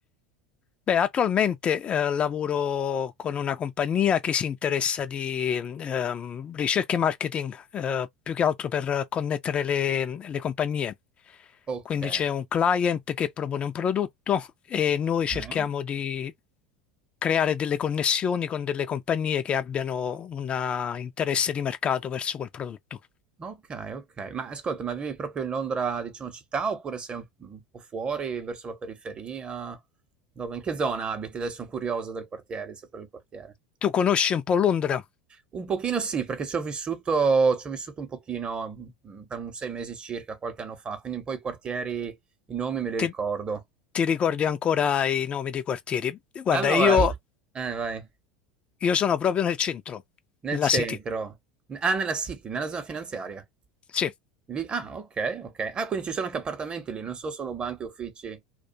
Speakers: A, on the left; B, on the right.
A: Beh, attualmente eh, lavoro con una compagnia che si interessa di ehm, ricerca e marketing, eh, più che altro per connettere le, le compagnie.
B: Ok,
A: Quindi c'è un client che propone un prodotto e noi cerchiamo
B: ok,
A: di creare delle connessioni con delle compagnie che abbiano un interesse di mercato verso quel prodotto.
B: ok, ok. Ma ascolta, ma vivi proprio in Londra, diciamo, città oppure sei un un po' fuori, verso la periferia? Dove, in che zona abiti? Adesso sono curioso del quartiere, di sapere il quartiere.
A: Tu conosci un po' Londra?
B: Un pochino sì, perché ci ho vissuto, ci ho vissuto un pochino mh, per un sei mesi circa, qualche anno fa, quindi un po' i quartieri, i nomi me li
A: Ti,
B: ricordo.
A: ti ricordi ancora i nomi dei quartieri? Guarda,
B: Allora,
A: io,
B: io... Eh, vai.
A: io sono proprio nel centro,
B: Nel
A: nella
B: centro.
A: City.
B: N ah, nella city, nella zona finanziaria.
A: Sì,
B: Lì ah, okay, okay. Ah, quindi ci sono anche appartamenti lì, non so solo banche e uffici.